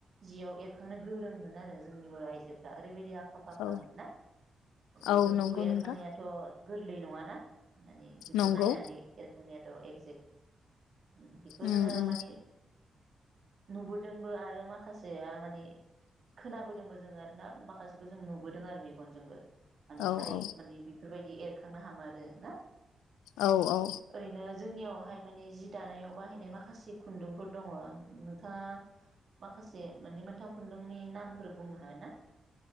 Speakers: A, on the right; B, on the left.
A: जियाव एरखांनो गोरोंमोन आरो जोंनि बर' आइजोफ्रा ओरैबायदि आ आखा फाखामोन
B: औ
A: ना बेफोरखौ
B: औ नंगौ
A: एरखांनायाथ'
B: नोंथां
A: गोरलै नङाना? मानि बेखौ
B: नंगौ
A: नायनानै एरखांनायाथ' एगजेक्ट उम बेखौ
B: उम
A: जोङो
B: उम
A: माने नुबोदोंबो आरो माखासेया माने खोनाबोदोंबो जों आरोना माखासेखौ जों नुबोदों आरो मेगनजोंबो मानि
B: औ
A: थारै
B: औ
A: माने बेफोरबायदि एर खांनो हामारो ना
B: औ औ
A: ओरैनो जोंनियावहाय माने जि दानायाव बायनाय माखासे खुन्दुंफोर दङ नोंथाङा माखासे मोननै मोनथाम खुन्दुंनि नामफोर बुंनो हागोन ना?